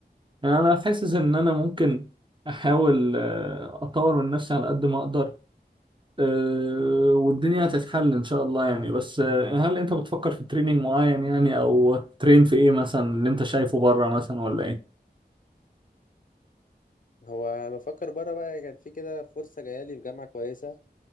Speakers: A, on the right (about 30°); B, on the left (about 50°).
A: يعني انا حاسس ان انا ممكن احاول آه، اطور من نفسي على قد ما اقدر آه، والدنيا هتتحل ان شاء الله يعني بس آه، هل انت بتفكر في تريننج معين يعني او ترين في ايه مثلا اللي انت شايفه بره مثلا ولا ايه
B: هو أنا بفكر بره بقى كان في كده فرصه جايه لي في جامعه كويسه